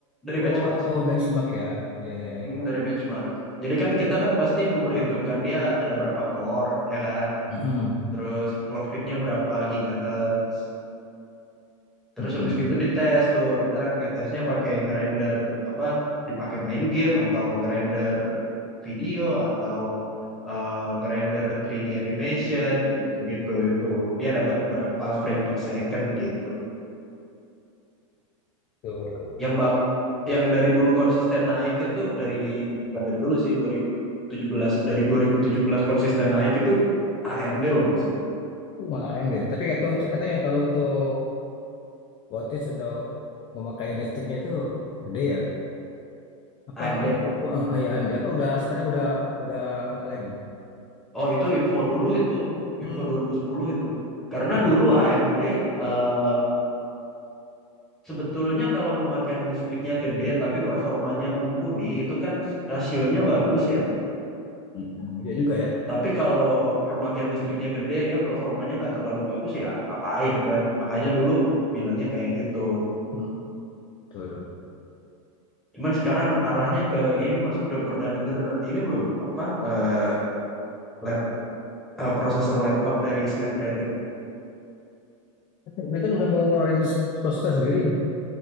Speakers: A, in the centre; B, on the left (about 25°).
A: dari
B: Oh,
A: benchmark sih.
B: benchmark ya. Iya, iya, iya.
A: Mm, dari benchmark. Jadi kan kita kan pasti memperhitungkan dia ada berapa core, ya kan?
B: Mm-mm.
A: Terus clock speed-nya berapa gigahertz. Terus
B: Mm-mm.
A: habis gitu dites tuh, kita ngetesnya pakai ngerender apa, dipakai main game atau ngerender video atau eh, ngerender 3D animation gitu-gitu itu. Dia dapat berapa frame per second gitu.
B: Tuh.
A: Yang bak yang dari dulu konsisten naik itu dari bukan dari dulu sih dua ribu tujuh belas dari 2017 konsisten naik itu AMD loh Mas.
B: Uh, malah AMD. Tapi kata untuk katanya kalau untuk wattage atau pemakaian listriknya itu gede ya. Apa
A: AMD.
B: uh, ah, ya AMD apa udah sekarang udah udah enggak lagi.
A: Oh, itu info dulu itu.
B: Hmm.
A: Info dua ribu sepuluh itu. Karena
B: Oh iya.
A: dulu AMD eh, Sebetulnya kalau pemakaian listriknya gede tapi performanya mumpuni itu kan rasionya bagus ya.
B: Hmm, iya juga ya.
A: Tapi kalau pemakaian listriknya gede dia performanya nggak terlalu bagus ya ngapain kan. Makanya dulu bilangnya kayak gitu.
B: Mm. Betul.
A: Cuman sekarang arahnya ke ini Mas udah pernah denger ini belum apa eh, lap eh, prosesor laptop dari Snapdragon.
B: Ini kan udah mau ngeluarin prosesor sendiri nih.